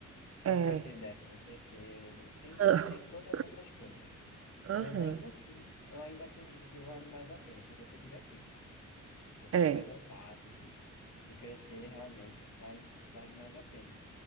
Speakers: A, on the left (about 75°); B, on the right (about 50°).
A: não
B: É,
A: vai ter décimo terceiro, tem,
B: <laughs>
A: tem todas essas coisas. Mas
B: aham,
A: ainda assim, eu ainda acredito que vale mais a pena se você tiver pique. Se você
B: é,
A: tiver vontade de, de crescer, realmente vale, vale mais a pena.